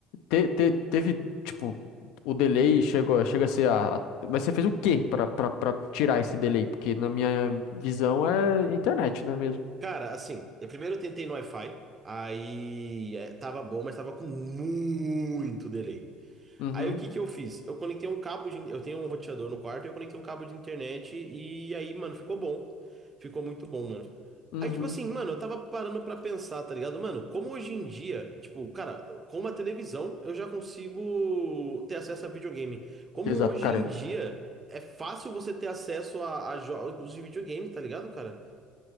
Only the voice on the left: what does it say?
Te- te- teve, tipo, o delay chegou, chega a ser a, a- Mas você fez o quê pra, pra, pra tirar esse delay? Porque na minha visão é internet, né mesmo?
Uhum,
uhum.
Exato,
cara.